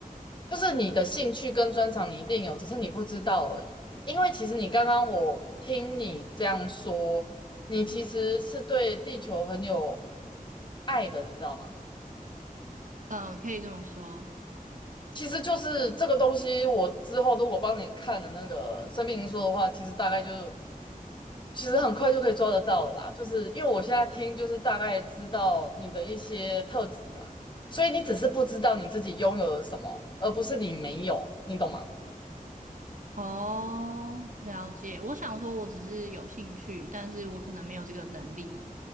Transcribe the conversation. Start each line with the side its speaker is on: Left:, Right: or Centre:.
Left: 就是你的兴趣跟专长你一定有，只是你不知道而已。因为其实你刚刚我听你这样说，你其实是对地球很有爱的，你知道吗？
Right: 嗯、可以这么说。
Left: 其实就是这个东西，我之后如果帮你看了那个生命灵数的话，其实大概就其实很快就可以抓得到了啦。就是因为我现在听，就是大概知道你的一些特质啦，所以你只是不知道你自己拥有了什么，而不是你没有，你懂吗？
Right: 哦，了解。我想说，我只是有兴趣，但是我可能没有这个能力